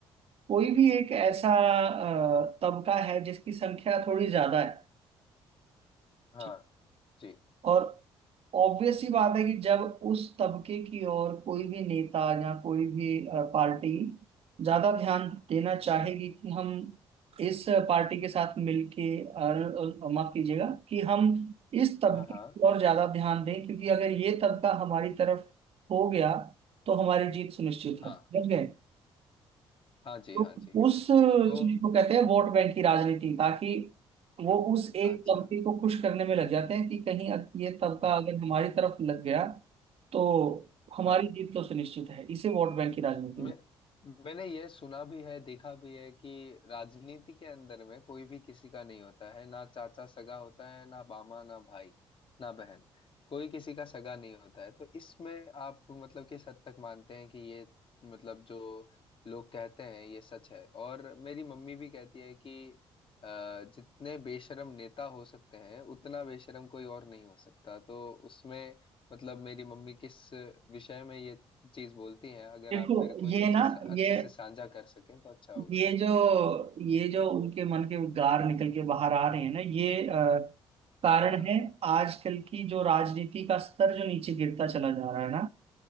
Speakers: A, on the right; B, on the left.
A: कोई भी एक ऐसा अ, तबका है जिसकी संख्या थोड़ी ज्यादा है
B: हाँ
A: ठीक
B: जी
A: और ऑब्वियस सी बात है कि जब उस तबके की ओर कोई भी नेता या कोई भी अ, पार्टी ज्यादा ध्यान देना चाहेगी कि हम इस पार्टी के साथ मिलके और और माफ कीजिएगा कि हम इस तबके
B: हाँ हाँ
A: की ओर ज्यादा ध्यान दें क्योंकि अगर ये तबका हमारी तरफ हो गया तो हमारी जीत सुनिश्चित
B: हाँ
A: है समझ गए
B: हाँ जी
A: तो
B: हाँ जी
A: उस
B: तो
A: चीज को कहते हैं वोट बैंक की राजनीति ताकि वो उस एक
B: अच्छा
A: कंपनी को खुश करने में लग जाते हैं कि कहीं अग- ये तबका
B: हाँ
A: अगर हमारी तरफ लग गया तो हमारी
B: हाँ
A: जीत तो सुनिश्चित है इसे वोट बैंक की राजनीति
B: मैं
A: में
B: मैंने ये सुना भी है देखा भी है कि राजनीति के अंदर में कोई भी किसी का नहीं होता है ना चाचा सगा होता है ना मामा ना भाई ना बहन कोई किसी का सगा नहीं होता है तो इसमें आप मतलब किस हद तक मानते हैं कि ये मतलब जो लोग कहते हैं ये सच है और मेरी मम्मी भी कहती है कि अ, जितने बेशरम नेता हो सकते हैं उतना बेशरम कोई और नहीं हो सकता तो उसमें मतलब मेरी मम्मी किस विषय में ये चीज बोलती हैं अगर
A: देखो
B: आप मेरे को
A: ये
B: ये चीज
A: ना
B: अच्छे
A: ये
B: से साझा कर सकें तो अच्छा होगा
A: ये जो ये जो उनके मन के उद्गार निकल के बाहर आ रहे हैं ना ये अ, कारण
B: हाँ
A: है आजकल की जो राजनीति का स्तर जो नीचे गिरता चला जा रहा है ना